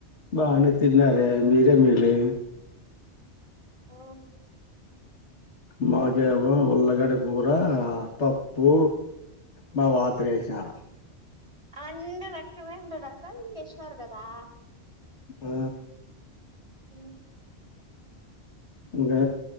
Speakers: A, on the left; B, on the right.
A: బానే తిన్నారే మిరేమేలే
B: ఆ
A: మాకేమో ఉల్లగడ్డ కూర పప్పు మా వాతిరేసరు
B: అం రడెక్క రం రడెక్క చేసినారు కదా
A: ఆ
B: మ్
A: ఇంకా